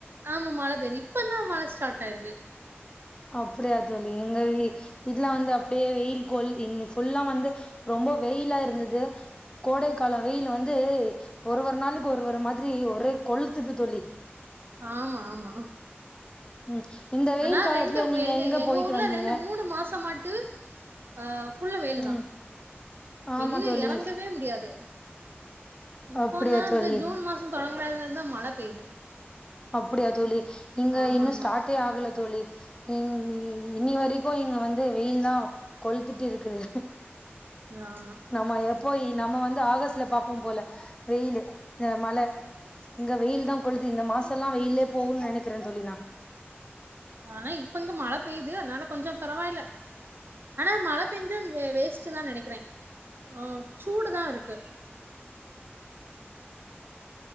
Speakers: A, on the right (about 55°); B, on the left (about 20°).
A: ஆமா மழை பெய்யுது இப்பதா மழை ஸ்டார்ட் ஆயிருக்கு
B: அப்டியா தோழி இங்க இதெல்லா வந்து அப்படியே வெயில் கொளுத் தி இன்னைக்கி ஃபுல்லா வந்து ரொம்ப வெயிலா இருந்தது கோடைக்காலம் வெயில் வந்து ஒரு ஒரு நாளுக்கு ஒரு ஒரு மாதிரி ஒரே கொளுத்துது தோழி
A: ஆமா ஆமா
B: ம் இந்த வெயில்
A: ஆனா
B: காலத்துல
A: ரெண்டும்
B: நீங்க
A: எங்க எங்க
B: போயிட்டு
A: ஊர்ல
B: வந்தீங்க
A: ரெண்டு மூணு மாசமாட்டு ஆ ஃபுல்லும் வெயில்
B: ம்
A: தா
B: ஆமா
A: வெளிய
B: தோழி
A: இறங்கவே முடியாது இப்போதா
B: அப்படியா தோழி
A: இந்த ஜூன் மாச ம் தொடங்கனதுல இருந்துதா மழ பெய்து
B: அப்படியா தோழி இங்க
A: ஆமா
B: இன்னு
A: ஆமா
B: ஸ்டார்டே ஆகல தோழி ம் இன்னி வரை க்கு இங்க வந்து வெயில்தா கொளுத்துட்டு இருக்குது
A: ஆமா
B: நம்ம எப்போ நம்ம வந்து ஆகஸ்ட்ல பாப்போம் போல வெயிலு இந்த மழை இங்க வெயில் தா கொளுத்து இந்த மாசம் எல்லா வெயில்லே போகும்ன்னு நெனைக்கிறே தோழி நா
A: ஆனா இப்ப இங்க மழை பெய்யுது அதனால கொஞ்சோ பரவாயில்ல ஆனா மழை பெஞ்சும் வே வேஸ்ட்டுதா நெனைக்கிறே ஆ சூடுதான் இருக்கு